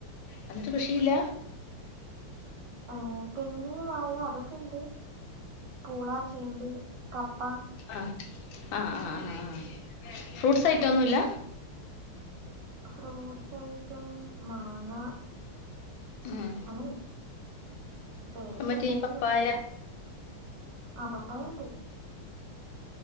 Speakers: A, on the left; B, on the right.
A: എന്നിട്ട് കൃഷിയില്ല.
B: ഏഹ. തെങ്ങ് വാഴ അതൊക്കെുണ്ട് പൂള ചേമ്പ് കപ്പ.
A: ആ ആ ആ ആ ഫ്രൂട്ട്സ് ഐറ്റം ഒന്നുല്ല.
B: ഫ്രൂട്ട്സ് ഐറ്റം മാങ്ങ.
A: ഉം
B: അങ്ങനെയൊക്കെ പേരൊക്ക
A: മറ്റേ
B: ഉണ്ടായിരുന്നു
A: ഈ പപ്പായ
B: ഇപ്പല്ല. ആ പപ്പായണ്ട്.